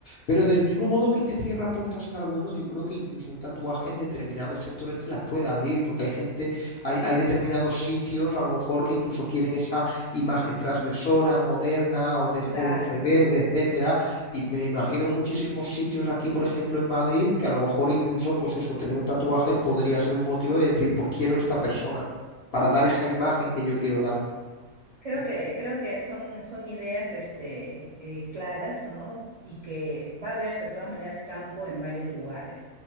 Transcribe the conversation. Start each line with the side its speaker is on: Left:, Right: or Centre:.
Left: Pero del mismo modo que te cierra puertas en algunos, yo creo que incluso un tatuaje en determinados sectores te las puede abrir, porque hay gente hay, hay determinados sitios, a lo mejor, que incluso quieren esa imagen transgresora, moderna o de
Right: Claro,
Left: joven rebelde, etcétera. Y me imagino muchísimos sitios aquí, por ejemplo, en Madrid, que a lo mejor incluso, pues eso, tener un tatuaje podría ser un motivo de decir, pues quiero esta persona, para dar
Right: cla-
Left: esa imagen que yo quiero dar.
Right: Creo
Left: Ujú,
Right: que, creo que son, son ideas este, eh, claras, ¿no? Y que va a haber de todas maneras campo en varios lugares.